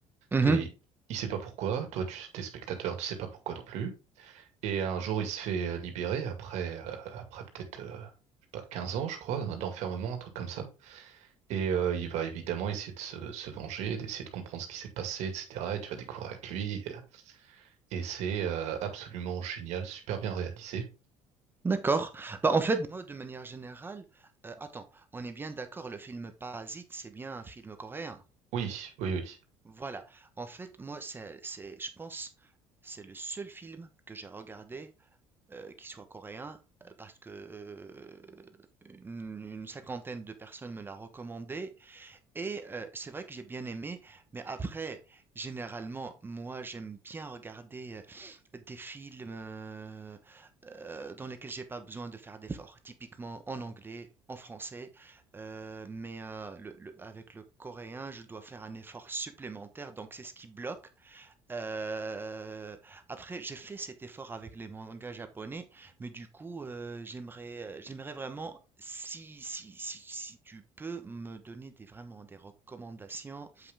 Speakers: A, on the right; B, on the right.
A: Mhm,
B: Et il sait pas pourquoi. Toi, tu t'es spectateur, tu sais pas pourquoi non plus. Et un jour, il se fait euh, libérer après, euh, après peut-être, euh, je sais pas, 15 ans, je crois, d'enfermement, un truc comme ça. Et euh, il va évidemment essayer de se, se venger, d'essayer de comprendre ce qui s'est passé, etc. Et tu vas découvrir avec lui. euh, Et c'est euh, absolument génial, super bien réalisé.
A: d'accord. Bah, en fait, moi, de manière générale, euh, attends, on est bien d'accord, le film Parasite, c'est bien un film coréen.
B: Oui, oui, oui.
A: Voilà. En fait, moi, c'est c'est je pense, c'est le seul film que j'ai regardé, heu, qui soit coréen, heu, parce que, heu, une une cinquantaine de personnes me l'a recommandé et heu, c'est vrai que j'ai bien aimé, mais après, généralement, moi, j'aime bien regarder, heu, des films, heu heu, dans lesquels j'ai pas besoin de faire d'efforts. Typiquement en anglais, en français, heu, mais heu, le le avec le coréen, je dois faire un effort supplémentaire, donc c'est ce qui bloque. Heu, après j'ai fait cet effort avec les mangas japonais, mais du coup, heu, j'aimerais, heu, j'aimerais vraiment si si si si tu peux me donner des vraiment des recommandations,